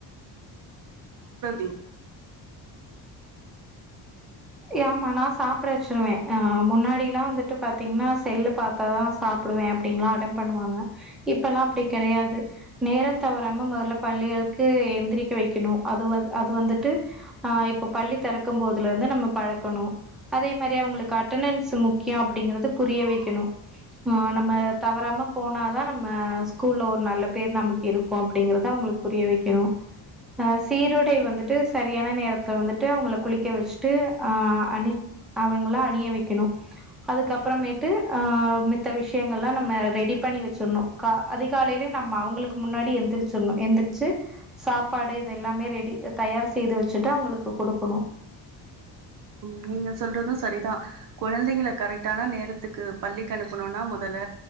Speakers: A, on the right; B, in the centre.
A: <inaudible>
B: ஏமா நா சாப்ட வச்சுருவே அ முன்னாடிலா வந்துட்டு பாத்தீங்னா செல்லு பாத்தா தா சாப்டுவே அப்டின்லா அடம் பண்ணுவாங்க இப்பெல்லா அப்டி கெடையாது நேரம் தவறாம முதல பள்ளிகவுக்கு எந்திரிக்க வெக்கணு அது வ அது வந்துட்டு அ இப்ப பள்ளி தெறக்கும் போதுல இருந்து நம்ம பழக்கணோ அதே மாரி அவுங்குளுக்கு அட்டனன்ஸ் முக்கியோ அப்டிங்கிறது புரிய வெக்கணு மா நம்ம தவறாம போனாதா நம்ம ஸ்கூல்ல ஒரு நல்ல பேர் நமக்கு இருக்கோ அப்டிங்கறத அவுங்குளுக்குப் புரிய வெக்கணு அ சீருடை வந்துட்டு சரியான நேரத்துல வந்துட்டு அவுங்கள குளிக்க வெச்சுட்டு ஆ அணித் அவங்கள அணிய வெக்கணு அதுக்கப்பறமேட்டு ஆவ் மித்த விஷயங்கள்லா நம்ம ரெடி பண்ணி வெச்சுர்ணோ கா அதிகாலைலே நம்ம அவுங்குளுக்கு முன்னாடி எந்திரிச்சுர்ணோ எந்திர்ச்சு சாப்பாடு இதெல்லாமே ரெடி அ தயார் செய்து வெச்சுட்டு அவுங்குளுக்கு குடுக்குணோ
A: உம் நீங்க சொல்றதோ சரிதா கொழந்தைங்கள கரெக்டான நேரத்துக்கு பள்ளிக்கு அனுப்புணுனா மொதல்ல